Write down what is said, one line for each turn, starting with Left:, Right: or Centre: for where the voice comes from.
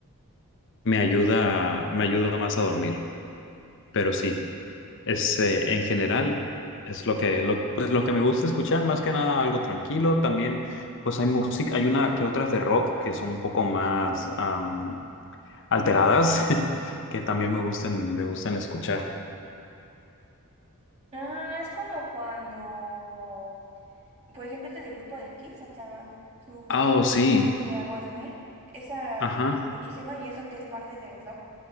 Left: Me ayuda, me ayuda más a dormir, pero sí. Es, eh, en general, es lo que, lo, pues lo que me gusta escuchar, más que nada algo tranquilo. También, pues hay música, hay una que otras de rock que son un poco más am, alteradas, <laughs> que también me gustan, me gustan escuchar.
Right: Ah, es como cuando Por ejemplo, este del grupo de Kiss, o sea, su
Left: Ah,
Right: canción
Left: oh, sí.
Right: de I Was Mine, esa
Left: Ajá,
Right: me gusta muchísimo y eso que es parte del rock,